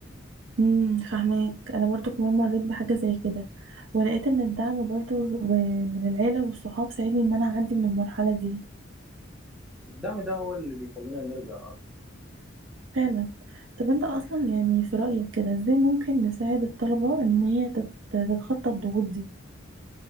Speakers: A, on the right (about 70°); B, in the centre.
A: امم فاهمك انا برضو كمان مريت بحاجه زي كده ولقيت ان الدعم برضو و- من العيله والصحاب ساعدني ان انا اعدي من المرحله دي
B: الدعم ده هو اللي بيخلينا نرجع أكتر.
A: فعلا طب انت اصلا يعني في رايك كده ازاي ممكن نساعد الطلبه ان هي تت- تتخطى الضغوط دي